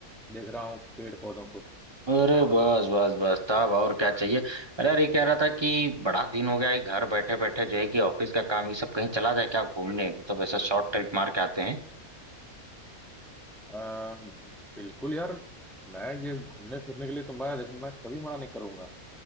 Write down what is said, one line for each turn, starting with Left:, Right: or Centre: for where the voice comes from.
Centre: देख रहा हूँ पेड़ पौधों को
Right: अरे बस बस बस साहब और क्या चाहिए अरे अरे कह रहा था कि बड़ा दिन हो गया है घर बैठे बैठे जो है कि ऑफिस का काम ये सब कहीं चला जाए क्या घूमने मतलब ऐसा शॉर्ट ट्रिप मार के आते हैं
Centre: अ, बिल्कुल यार मैं ये घूमने फिरने के लिए तो मैं देखो मैं कभी मना नहीं करूंगा